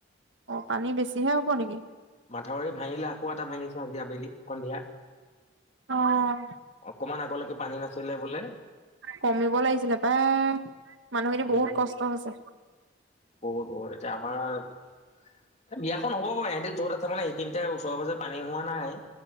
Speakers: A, on the right; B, on the left.
A: অ', পানী বেছিহে হব নেকি।
B: মাথাউৰি ভাঙিলে আকৌ এটা ভাঙিছে আজি আবেলি সন্ধিয়া।
A: অ',
B: অকমান আগলৈকে পানী নাছিলে বোলে।
A: কমিব লাগিছিলে পায় মানুহখিনি
B: উম
A: বহুত কষ্ট হৈছে।
B: বহুত, বহুত এতিয়া আমাৰ বিয়াখন হ'ব বাৰু ইিহতিৰ য'ত থাক মানে সেইিনিতে ওচৰে পাজৰে পানী হোৱা নাই।